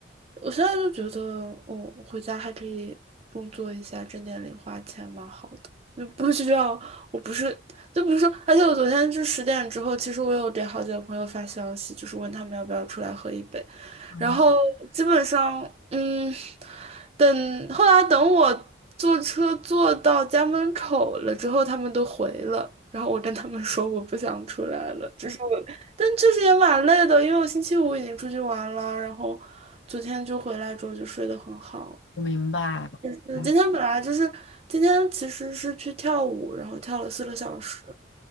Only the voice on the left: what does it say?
啊，
我明白。
明白